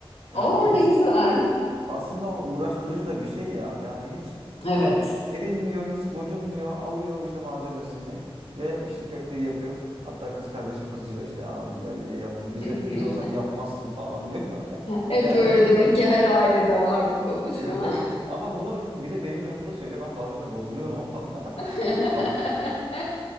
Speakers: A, on the right; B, on the left.
A: Yani
B: Oo
A: hiç
B: ne güzel.
A: aslında o uğraştırıcı da bir şey ya. Yani hiç
B: Evet.
A: erinmiyor, hiç gocunmuyor. Alıyor işte malzemesini ve işte köfteyi yapıyor. Hatta kız kardeşim kızıyor işte abim geldi diye yaptın. Bize
B: <laughs>
A: biz olsak yapmazsın falan diyor. <laughs>
B: Hep
A: Yani
B: öyle
A: <laughs>
B: demek ki her ailede var bu konuşma.
A: ya hep ama bunu hep bir de benim yanımda söyle Ben bazen de bozuluyorum ama.
B: <laughs>
A: <laughs> Ab-